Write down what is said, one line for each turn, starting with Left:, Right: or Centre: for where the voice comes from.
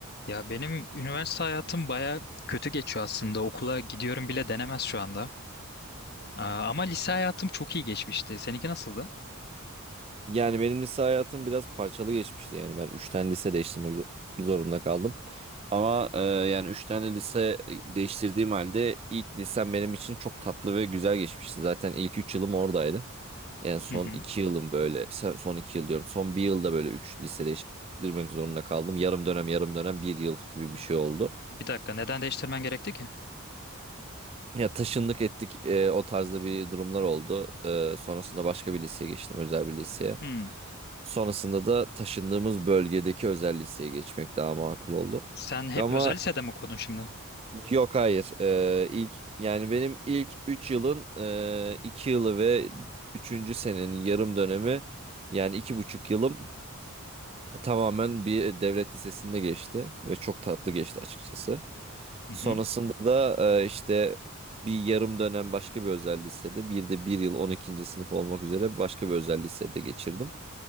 Left: Ya benim üniversite hayatım baya kötü geçiyor aslında. Okula gidiyorum bile denemez şu anda. Aa, ama lise hayatım çok iyi geçmişti. Seninki nasıldı?
Right: Yani benim lise hayatım biraz parçalı geçmişti. Yani ben 3 tane lise değiştirmek zo- zorunda kaldım. Ama e, yani 3 tane lise değiştirdiğim halde ilk lisem benim için çok tatlı ve güzel geçmişti. Zaten ilk 3 yılım oradaydı. Yani son
Left: Hı hı.
Right: 2 yılım böyle se- son 2 yıl diyorum. Son 1 yılda böyle 3 lise değiştirmek zorunda kaldım. Yarım dönem yarım dönem bir yıl gibi bir şey oldu.
Left: Bir dakika, neden değiştirmen gerekti ki?
Right: Ya taşındık ettik e, o tarzda bir durumlar oldu. E, sonrasında başka bir liseye geçtim özel bir liseye.
Left: Hmm.
Right: Sonrasında da taşındığımız bölgedeki özel liseye geçmek daha makul oldu.
Left: Sen hep
Right: Ama
Left: özel lisede mi okudun şimdi?
Right: yok hayır E, ilk yani benim ilk 3 yılın e, 2 yılı ve üçüncü senenin yarım dönemi yani iki buçuk yılım Tamamen bir devlet lisesinde geçti ve çok tatlı geçti açıkçası.
Left: Hı
Right: Sonrasında
Left: hı.
Right: da e, işte bir yarım dönem başka bir özel lisede bir de bir yıl on ikinci sınıf olmak üzere başka bir özel lisede geçirdim.